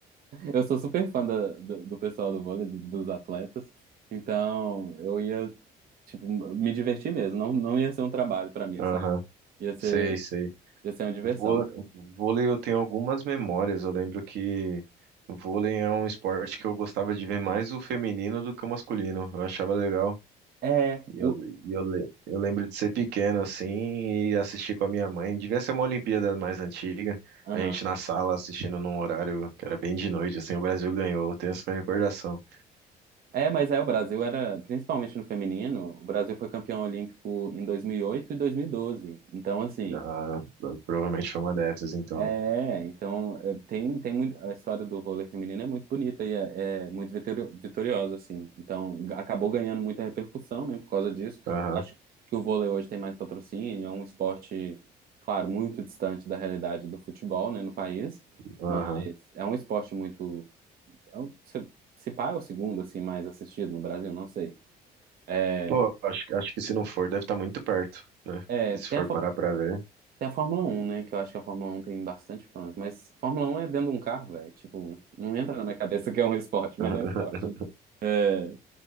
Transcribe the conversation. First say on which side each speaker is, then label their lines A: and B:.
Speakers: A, on the right (about 60°); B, on the right (about 80°).
A: Eu sou super fã da- do, do pessoal do vôlei, do- dos atletas. Então, eu ia, tipo, me divertir mesmo. Não, não ia ser um trabalho pra mim,
B: aham.
A: sabe? Ia ser,
B: Sei, sei.
A: ia ser uma diversão.
B: Vô- Vôlei eu tenho algumas memórias. Eu lembro que vôlei é um esporte que eu gostava de ver mais o feminino do que o masculino. Eu achava legal.
A: É,
B: E
A: o,
B: eu, e eu, le- eu lembro de ser pequeno assim e assistir com a minha mãe. Devia ser uma Olimpíada mais antiga.
A: aham.
B: A gente na sala assistindo num horário que era bem de noite, assim, o Brasil ganhou. Eu tenho essa recordação.
A: É, mas é, o Brasil era, principalmente no feminino, o Brasil foi campeão olímpico em 2008 e 2012. Então, assim,
B: Ah, provavelmente foi uma dessas, então.
A: É, então é, tem, tem muito, a história do vôlei feminino é muito bonita e é, é muito vitorio- vitoriosa, assim. Então g- acabou ganhando muita repercussão, né, por causa disso.
B: Aham,
A: Acho que o vôlei hoje tem mais patrocínio, é um esporte, claro, muito distante da realidade do futebol, né, no país,
B: aham.
A: mas é um esporte muito, é um- se, se pá é o segundo, assim, mais assistido no Brasil, não sei. É,
B: Pô, acho, que- acho que se não for, deve estar muito perto, né?
A: é,
B: Que se
A: tem
B: for
A: a, fa-
B: parar pra ver.
A: Tem a Fórmula Um, né? Que eu acho que a Fórmula Um tem bastante fãs. Mas Fórmula Um é dentro de um carro, velho. Tipo, não entra na minha cabeça que é um esporte,
B: <laughs>
A: mas é um esporte. né? É,